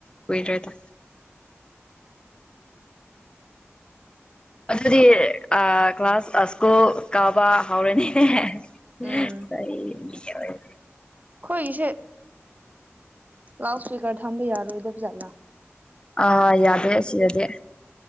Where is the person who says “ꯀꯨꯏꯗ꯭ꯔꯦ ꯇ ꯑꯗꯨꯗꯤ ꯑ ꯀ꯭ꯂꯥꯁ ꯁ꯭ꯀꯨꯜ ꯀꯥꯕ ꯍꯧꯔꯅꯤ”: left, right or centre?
Left